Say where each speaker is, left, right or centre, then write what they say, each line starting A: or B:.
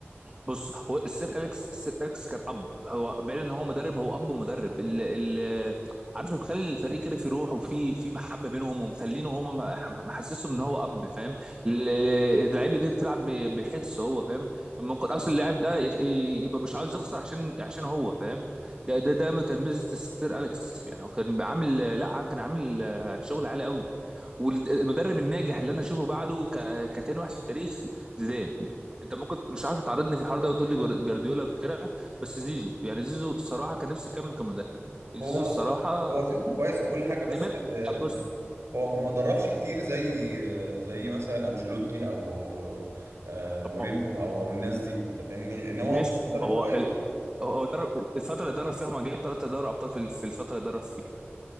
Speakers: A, on the right (about 20°); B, on the right (about 85°).
A: بص هو السير اليكس السير اليكس كان اب هو بعيد ان هو مدرب هو اب ومدرب ال ال عارف مخلي الفريق كده في روح وفي في محبه بينهم ومخلينه هم محسسهم ان هو اب فاهم ال- اللعيبه دي بتلعب ب- بحس هو فاهم ممكن اصلا اللاعب ده يخ- يبقى مش عاوز يخسر عشان عشان هو فاهم ده ده ده كان ميزه السير اليكس يعني هو كان عامل لا كان عامل شغل عالي قوي والمدرب الناجح اللي انا اشوفه بعده ك- كتاني واحد في التاريخ زيدان انت ممكن مش عارف تعرضني في الحوار ده وتقول لي جر- جارديولا وكده بس زيزو يعني زيزو الصراحه كان نفسي يكمل كمدرب
B: هو
A: زيزو الصراحه
B: هو زيزو كويس وكل حاجه بس
A: دماغ
B: آه،
A: بص
B: هو ما دربش كتير زي آه، زي مثلا انشيلوتي او رو- آه، مورينهو
A: هو-
B: او أو الناس دي انت فاهمني انما
A: ماشي
B: هو كان مدرب
A: هو
B: كويس
A: ال-
B: بس
A: هو درب الفتره اللي درب فيها ما جاب ثلاثه دوري ابطال في ال- في الفتره اللي درب فيها